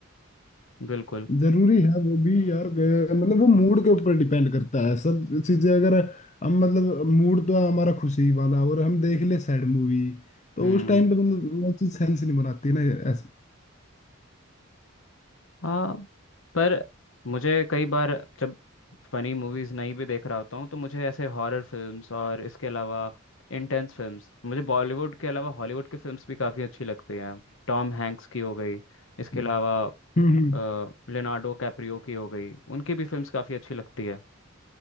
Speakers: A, on the left; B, on the left.
A: बिल्कुल
B: जरूरी है वो भी यार अ, मतलब वो मूड के ऊपर डिपेंड करता है सब चीजें अगर हम मतलब मूड तो हमारा खुशी वाला और हम देख ले सैड मूवी तो
A: हम्म
B: उस टाइम पे मतलब वो चीज सेंस नहीं बनाती ना ऐसे
A: हाँ पर मुझे कई बार जब फनी मूवीज़ नहीं भी देख रहा होता हूँ तो मुझे ऐसे हॉरर फिल्म्स और इसके अलावा इंटेंस फिल्म्स मुझे बॉलीवुड के अलावा हॉलीवुड की फिल्म्स भी काफ़ी अच्छी लगती हैं टॉम हैंक्स की हो गई इसके
B: हम्म
A: अलावा
B: हम्म
A: लियोनार्डो कैप्रियो की हो गई उनकी भी फिल्म्स काफ़ी अच्छी लगती है